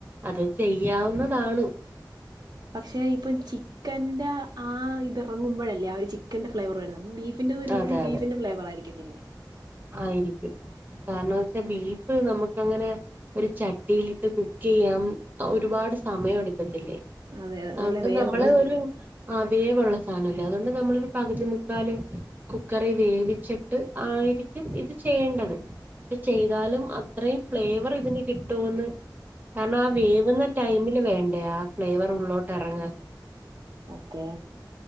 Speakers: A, on the right (about 25°); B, on the right (about 60°).
A: അത് ചെയ്യാവുന്നതാണ്.
B: പക്ഷെ ഇപ്പം ചിക്കന്റെ ആഹ് ഇത് ഇറങ്ങുമ്പോഴല്ലേ ആഹ് ഒരു ചിക്കന്റെ ഫ്ലേവർ വരുന്നു ബീഫ്- ഫിന്റെ വേർന്നത്
A: അതെ
B: ബീഫിന്റെ
A: അതെ
B: ഫ്ലേവർആയിരിക്കത്തില്ലേ
A: ആയിരിക്കും കാരണംന്നച്ചാ ബീഫ് നമുക്ക് അങ്ങനെ ഒരു ചട്ടിയിലിട്ട് കുക്ക് ചെയ്യാൻ ഒരുപാട് സമയം എടുക്കത്തില്ലേ
B: അതെ അതെ
A: അതൊണ്ട്
B: നല്ല വേവുള്ള
A: നമ്മള്
B: സാധനം
A: ഒരു അതേപോലുള്ള സാനല്ലേ അതുകൊണ്ട് നമ്മളൊരു പകുതി മുക്കാല് കുക്കറി വേവിച്ചിട്ട് ആയിരിക്ക ക്കും ഇത് ചെയ്യേണ്ടത് പക്ഷെ ചെയ്താലും അത്രയും ഫ്ലേവർ ഇതിൻ കിട്ടൂന്ന് കാരണം ആഹ് വേവുന്ന ടൈമില് വേണ്ടേ ആ ഫ്ലേവർ ഉള്ളോട്ട് അറങ്ങ
B: ഓക്കെ